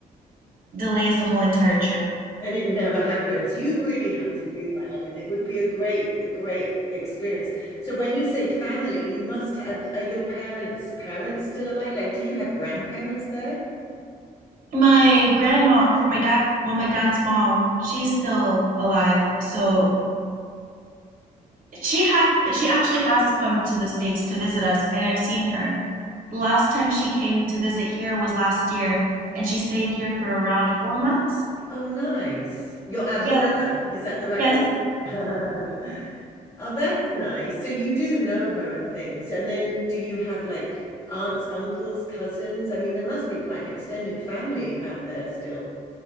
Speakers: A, on the right (about 65°); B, on the left (about 25°).
A: delays the whole entire trip.
B: And it never happens. You really have to do that, Ellen. It would be a great, a great experience. So when you say family, you must have, are your parents' parents still alive? Like, do you have grandparents there?
A: My grandma from my dad, well, my dad's mom, she's still alive, so she had she actually has come to the States to visit us, and I've seen her. The last time she came to visit here was last year, and she stayed here for around four months.
B: Oh, nice. Your abuela,
A: Yeah,
B: is that the right
A: yes,
B: word? <laughs> Oh, that's nice. So you do know her and things. And then do you have like aunts, uncles, cousins? I mean, there must be quite an extended family out there still.